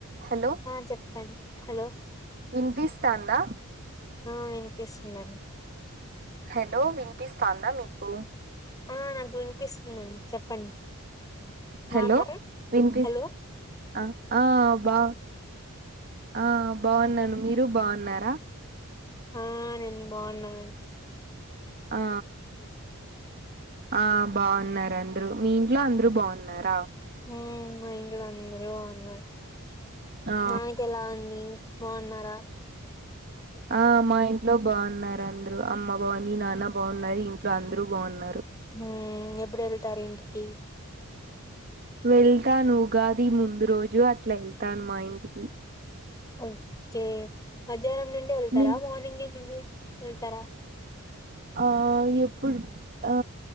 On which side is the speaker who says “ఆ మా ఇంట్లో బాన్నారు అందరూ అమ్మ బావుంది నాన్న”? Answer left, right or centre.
Right